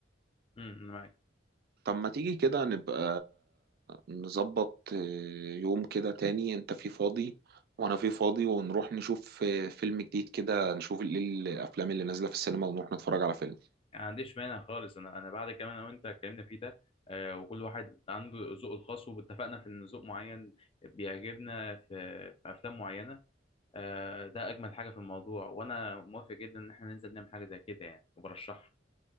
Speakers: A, on the left; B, on the right.
A: مم، انا معاك
B: طب ما تيجي كده نبقى نظبط آه، يوم كده تاني انت فيه فاضي وانا فيه فاضي ونروح نشوف آه، فيلم جديد كده نشوف ايه الافلام اللي نازلة في السينما ونروح نتفرج على فيلم
A: يعني ما عنديش مانع خالص انا انا بعد كمان انا وانت اتكلمنا فيه ده آه وكل واحد عنده ذوقه الخاص واتفقنا في ان ذوق معين بيعجبنا في, في افلام معينه آه ده اجمل حاجه في الموضوع وانا موافق جدا ان احنا ننزل نعمل حاجه زي كده يعني وبرشحها